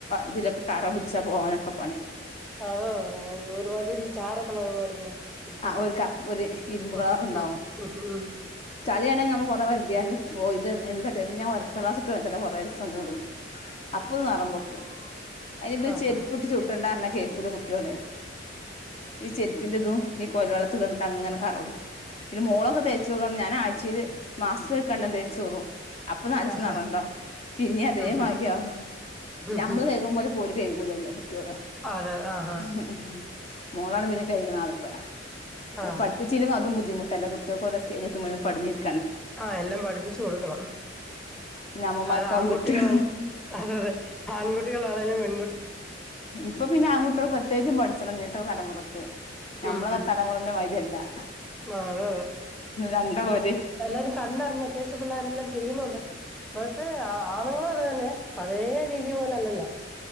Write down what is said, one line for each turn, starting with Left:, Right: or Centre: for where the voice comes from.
Left: ഇതിലൊക്കെ കറ പിടിച്ചാ പോവാനൊക്കെ പണി
Centre: അതോ ഒരുമാതിരി ചാര കളർ പോല <inaudible> പിടിച്ചരിച്ച
Left: ആ ഒരു കറ ഒരു ഇരുമ്പ്
Centre: ആ
Left: കളർ ഉണ്ടാവും
Centre: ആ ആ ആ <unintelligible>
Left: ചളിയാണെങ്കിൽ നമുക്ക് കുറേ ഒരത്തിയാൽ <inaudible> എട്ട ഇത് ഞാൻ വർക്ക് ക്ലാസ്ട്ട് വരല്ല കുറേ രസം കൂടും അപ്പൊ നിറ്പോപ്പ അതിനിപ്പും
Centre: ആഹ്
Left: ചെരുപ്പിട്ട് ചുട്ടുണ്ടാര കുൂടെ കുട്ടേോളെ ഈ ചെരുപ്പിന്റതും ഈ കൊല വെള്ളത്തി കിട്ട അങ്ങനെ കറോടിക്കും പിന്നെ മളൊക്കെ തേച്ച് വ ഞാൻ <inaudible> യ്ത് മാസ് വക്ക എ <unintelligible> ചോറും അപ്പൊ നാലുദിവസം
Centre: ആഹ് ആഹ് ആഹ്
Left: നറം ഉണ്ടാവും പിന്നെ അതേമാതിരിോ
Centre: ഉം ഹും ഉം ഹും ഹും ഉം ഹും ഉം
Left: നമ്മള്
Centre: ഹും
Left: കൈകുമ പോോലെ പോല്ല <inaudible> ടെ
Centre: അതെ ആഹ് ആഹ്
Left: <inaudible> മോളാണ് പിന്നെ കഴിക്കണ ആളിപ്പോ ഇപ്പ
Centre: ആഹ്
Left: പഠപ്പിച്ചില്ലങ്കി അതും ബധുട്ടല്ല കുട്ടക്ക സ്റ്റജ <unintelligible> പഞ്ഞി <unintelligible>
Centre: ആഹ എല്ലാം പഠിപ്പിച്ചച്ച് കൊടുക്കണം
Left: പിന്നെ അമ്മമാർക്കാവും
Centre: അത് ആൺകുട്ടികളാണ്
Left: കുറ്റം
Centre: അത അതെ ആൺകുട്ടികളാണെങ്കലുംെൺ
Left: ഇപ്പൊ പിന്നെ ആൺകുട്ടികൾ പ്രത്യേകിച്ചും പഠിച്ചണം എന്നിട്ട തലമുറക്ക് നഞമ്മള
Centre: ഉം ഉം
Left: തലമുറന്റെ മരില്ല
Centre: ആഹ് അതെ
Left: രണ്ടാളംര്
Centre: അത് കണ്ടറിഞ് അത്യാവ്യം പിള്ളാരരെല്ലാം ചെയ്യുന്നുണ്ട് ആ പ്പോഴത്തെ ആ ആണുങ്ങളു അത് തന്നെ പഴയ രീതി പോലെല്ലല്ലോ